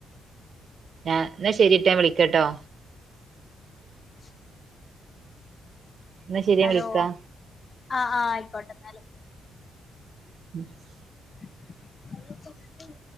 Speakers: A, on the right; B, on the left.
A: ഞാൻ ന്നാ ശെരിട്ടാ ഞാൻ വിളിക്കട്ടോ
B: <unintelligible>
A: എന്നാ ശരി
B: ഹലോ?
A: ഞാൻ വിളിക്കാ
B: ആഹ് ആഹ് ആയിക്കോട്ടെന്നാല്
A: <unintelligible>
B: <inaudible>